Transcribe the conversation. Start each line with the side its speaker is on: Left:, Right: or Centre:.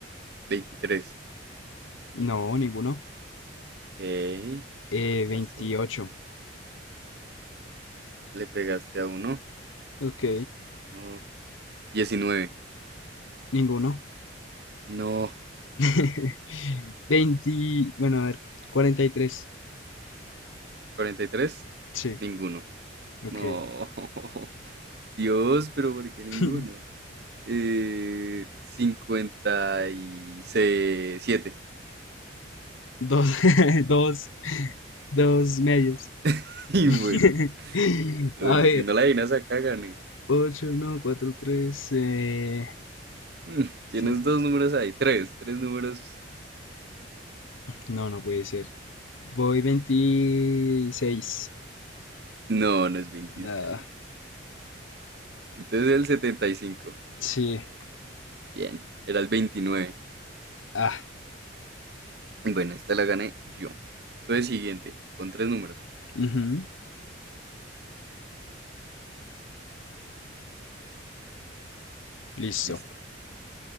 Right: 23.
Left: No, ninguno.
Right: Ok,
Left: Eh, 28.
Right: vas tú. Le pegaste a uno.
Left: Ok,
Right: No, diecinueve
Left: ninguno.
Right: No.
Left: <laughs> 20, bueno, a ver, cuarenta y tres
Right: cuarenta y tres
Left: Sí,
Right: Ninguno.
Left: ok.
Right: No. <laughs> Dios, pero ¿por qué ninguno?
Left: <laughs>
Right: Eh, 57. Y siete.
Left: Dos, <laughs> dos, dos medios.
Right: <laughs> Y
Left: <laughs>
Right: bueno, bueno,
Left: A ver,
Right: si no la adivinas acá, gané.
Left: 8 no, 4 3 eh,
Right: Mm, Tienes
Left: cinco
Right: dos números ahí, tres, tres números.
Left: No, no puede ser. Voy veintiséis
Right: No, no es veintiséis
Left: Ah,
Right: Entonces el setenta y cinco
Left: sí.
Right: Bien, era el veintinueve
Left: Ah,
Right: Bueno, esta la gané yo. Entonces siguiente, con tres números.
Left: ujú, Listo.
Right: Listo.